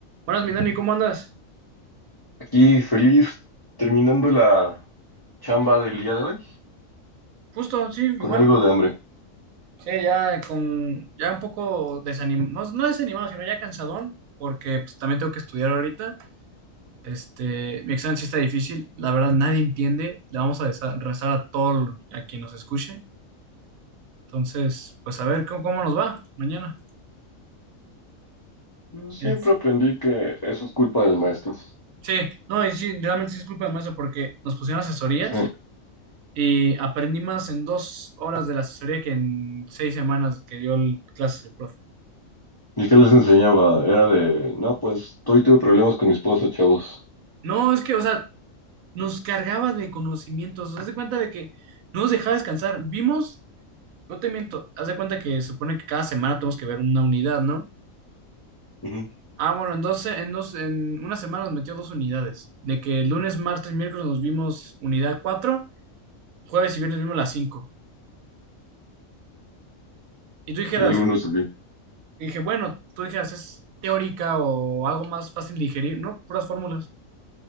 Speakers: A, on the right (about 80°); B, on the left (about 30°).
A: Buenas, mi Dani, ¿cómo andas?
B: Y feliz terminando la chamba del día de hoy
A: Justo, sí,
B: con
A: igual.
B: algo de hambre.
A: Sí, ya con, ya un poco desanimado, no no desanimado, sino ya cansadón, porque pues, también tengo que estudiar ahorita. Este, mi examen sí está difícil, la verdad nadie entiende, le vamos a desa- rezar a todo a quien nos escuche. Entonces, pues a ver cómo, cómo nos va mañana.
B: Siempre
A: Es-
B: aprendí que eso es culpa del maestro.
A: sí, no, y sí, realmente sí es culpa del maestro porque nos pusieron asesorías
B: Mm.
A: y aprendí más en dos horas de la asesoría que en seis semanas que dio el- clases el profe.
B: ¿Y qué les enseñaba? Era de, no, pues hoy tuve problemas con mi esposo, chavos.
A: No, es que, o sea, nos cargaba de conocimientos. Haz de cuenta de que no nos dejaba descansar. Vimos, no te miento, haz de cuenta que se supone que cada semana tenemos que ver una unidad, ¿no?
B: Ujú.
A: Ah, bueno, entonces en, dos, en una semana nos metió dos unidades. De que lunes, martes, miércoles nos vimos unidad cuatro jueves y viernes vimos la cinco Y tú dijeras,
B: Hay algunos así.
A: dije, bueno, tú dijeras, es teórica o algo más fácil de digerir, ¿no? Puras fórmulas.